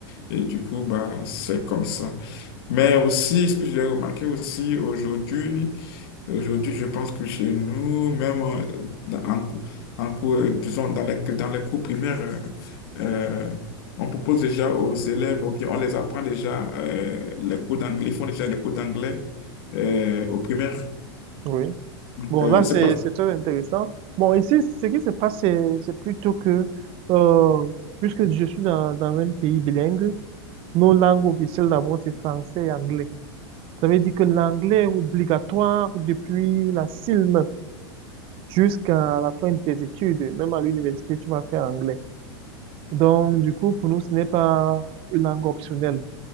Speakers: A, on the left (about 65°); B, on the right (about 40°).
A: Et du coup, bah, c'est comme ça. Mais aussi, ce que j'ai remarqué aussi aujourd'hui, aujourd'hui, je pense que chez nous, même euh, dans- en, cou- en cours, euh, disons, dans les, dans les cours primaires, euh, euh, on propose déjà aux élèves, ou bien on les apprend déjà euh, les cours d'anglais, ils font déjà les cours d'anglais euh, aux primaires.
B: oui.
A: Donc,
B: Bon,
A: euh,
B: là,
A: je sais
B: c'est,
A: pas.
B: c'est très intéressant. Bon, ici, ce qui se passe, c'est, c'est plutôt que, euh, puisque je suis dans, dans un pays bilingue, nos langues officielles d'abord, c'est français et anglais. Ça veut dire que l'anglais est obligatoire depuis la CILM jusqu'à la fin de tes études. Même à l'université, tu vas faire anglais. Donc, du coup, pour nous, ce n'est pas une langue optionnelle.